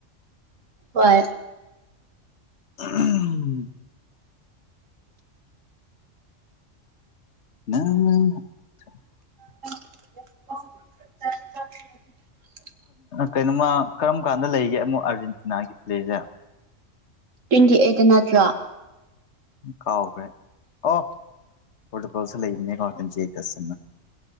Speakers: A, on the right; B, on the left.
A: ꯍꯣꯏ
B: ꯎ ꯑ
A: ꯑꯣ
B: ꯀꯩꯅꯣꯃ ꯀꯔꯝ ꯀꯥꯟꯗ ꯂꯩꯒꯦ ꯑꯃꯨꯛ ꯑꯥꯔꯖꯦꯟꯇꯤꯅꯥꯒꯤ ꯄ꯭ꯂꯦꯁꯦ
A: ꯇ꯭ꯋꯦꯟꯇꯤ ꯑꯩꯠꯇ ꯅꯠꯇ꯭ꯔꯣ
B: ꯀꯥꯎꯕꯦ ꯑꯣ ꯐꯀꯣꯁ ꯂꯩꯅꯤ ꯀꯝ ꯆꯦ ꯇꯁꯃ